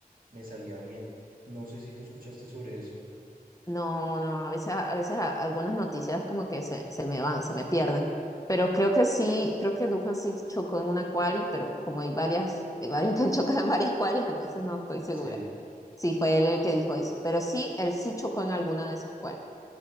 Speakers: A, on the right (about 65°); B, on the left (about 20°).
A: me salía bien. No sé si tú escuchaste sobre eso.
B: No, no, a veces, a veces a- algunas noticias como que se, se me van, se me pierden. Pero creo que sí, creo que Duhan sí chocó en una quali, pero como hay varias, hay varios <laughs> que han chocado en varias qualis, entonces no estoy segura.
A: Sí,
B: Sí, fue él el que dijo eso. Pero sí, él sí chocó en alguna de esas qualis.